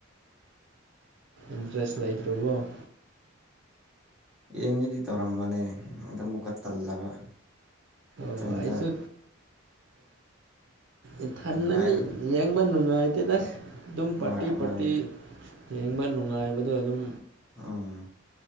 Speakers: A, on the right; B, in the centre.
A: ꯏꯟꯇ꯭ꯔꯦꯁ ꯂꯩꯇ꯭ꯔꯕꯣ꯫
B: ꯌꯦꯡꯒ°ꯗꯤ ꯇꯧꯔꯝꯕꯅꯦ ꯑꯗꯥ ꯑꯃꯨꯛꯀ ꯇꯜꯂꯕ ꯏꯊꯟꯇ
A: ꯑꯣ ꯑꯩꯁꯨ ꯏꯊꯟꯗꯅꯤ꯫
B: ꯍꯥꯏꯔꯣ
A: ꯌꯦꯡꯕ ꯅꯨꯡꯉꯥꯏꯇꯦꯗ ꯑꯗꯨꯝ
B: ꯍꯣꯏ
A: ꯄꯥꯔꯇꯤ
B: ꯃꯥꯅꯦ
A: ꯄꯥꯔꯇꯤ ꯌꯦꯡꯕ ꯅꯨꯡꯉꯥꯏꯕꯗꯣ ꯑꯗꯨꯝ
B: ꯎꯝ